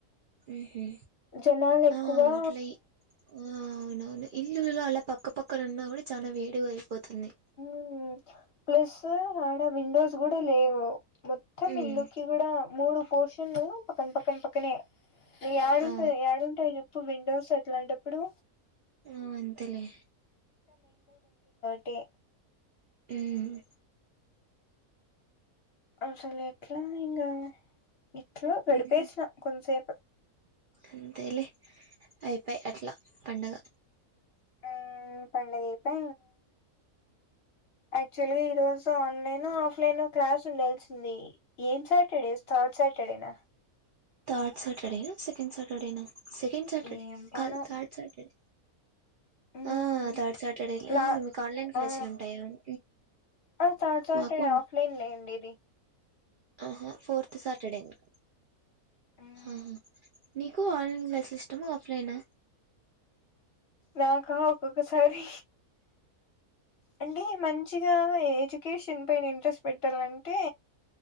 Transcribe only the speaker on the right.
ఉహు
ఆ అట్లా ఈ- ఆ అవునవును ఇల్లులలో అలా పక్కపక్కన ఉన్నా కూడా చానా వేడిగా అయిపోతుంది
ఉమ్
ఆ
ఊ అంతేలే
ఉమ్మ్
ఉహు
అంతేలే అయిపోయే అట్లా పండగ
థర్డ్ సటర్డే సెకండ్ సటర్డేనా సెకండ్ సాటర్డే
కాదు థర్డ్ సాటర్డే
ఆ థర్డ్ సాటర్డే
అవును మీకు ఆన్లైన్ క్లాసులు
ఉంటాయా ఉమ్
మాకు
ఆహ ఫోర్త్ సాటర్డే ఇంక
హ నీకు ఆన్లైన్ క్లాస్ లు ఇష్టమా ఆఫ్లైనా